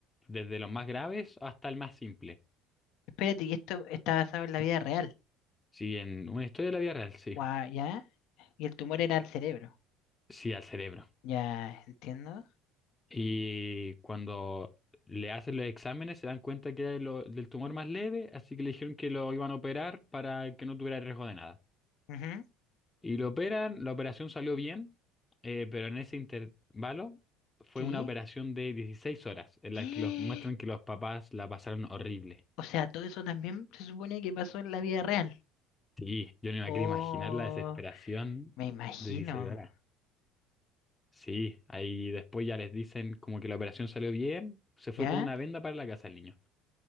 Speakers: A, on the left (about 20°); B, on the left (about 65°).
A: desde los más graves hasta el más simple.
B: Espérate, y esto está basado en la vida real.
A: Sí, en una historia de la vida real, sí.
B: Guau, ¿ya? Y el tumor era el cerebro.
A: Sí, al cerebro.
B: Ya, entiendo.
A: Y cuando le hacen los exámenes se dan cuenta que era de lo- del tumor más leve, así que le dijeron que lo iban a operar para que no tuviera riesgo de nada.
B: Ujú,
A: Y lo operan, la operación salió bien, eh, pero en ese intervalo fue
B: Sí.
A: una operación de 16 horas, en
B: <gasps>
A: la que los muestran que los papás la pasaron horrible.
B: O sea, todo eso también se supone que pasó en la vida real.
A: Sí, yo no me
B: Oh,
A: quiero imaginar la desesperación
B: me imagino.
A: de 16 horas. Sí, ahí después ya les dicen como que la operación salió bien, se fue
B: ¿Ya?
A: con una venda para la casa el niño.